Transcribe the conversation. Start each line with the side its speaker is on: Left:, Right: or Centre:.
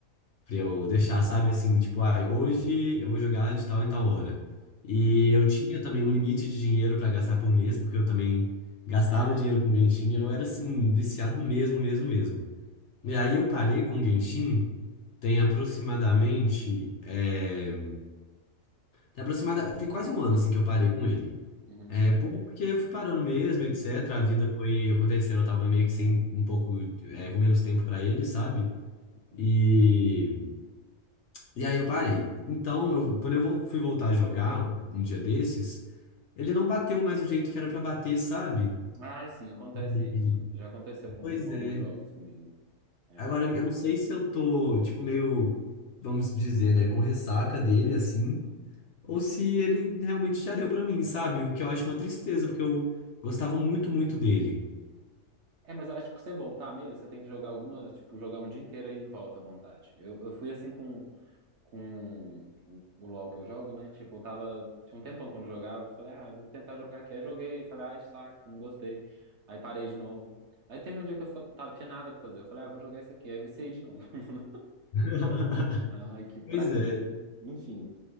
Left: Pra eu deixar, sabe, assim, tipo, ai, hoje eu vou jogar de tal em tal hora. E
Right: uhum,
Left: eu tinha também um limite de dinheiro pra gastar por mês, porque eu também gastava dinheiro com Genshin, eu era, assim, viciado mesmo, mesmo, mesmo. E
Right: é,
Left: aí eu parei com Genshin, tem aproximadamente, é, tem aproximada, tem quase um ano, assim, que eu parei com ele.
Right: uhum,
Left: É, porque eu fui parando mesmo, etc, a vida foi acontecendo, eu tava meio que sem, um pouco, é, com menos tempo pra ele, sabe?
Right: assim.
Left: E... E aí eu parei. Então, eu, quando eu vol- fui voltar a jogar um dia desses, ele não bateu mais do jeito que era pra bater, sabe?
Right: Ah, sim, acontece
Left: E-
Right: isso. Já aconteceu comigo,
Left: Pois
Right: com
Left: é.
Right: alguns jogos comigo. É,
Left: Agora, eu não sei se eu tô, tipo, meio, vamos dizer, né, com ressaca dele, assim, ou se ele realmente já deu pra mim, sabe? O que eu acho uma tristeza, porque eu gostava muito, muito dele.
Right: é, mas eu acho que pra você voltar mesmo, você tem que jogar alguma, tipo, jogar um dia inteiro aí e volta à vontade. Eu, eu fui assim com com o, o LoL que eu jogo, né? Tipo, eu tava. Tinha um tempão que eu não jogava. Eu falei, ah, eu vou tentar jogar aqui. Aí joguei, falei, ah, saco, não gostei. Aí parei de novo. Aí teve um dia que eu fa- tava, tinha nada pra fazer. Eu falei, ah, vou jogar isso aqui. Aí viciei de novo. <laughs>
Left: <laughs>
Right: Ai, que pra
Left: Pois
Right: quê,
Left: é.
Right: né? Enfim.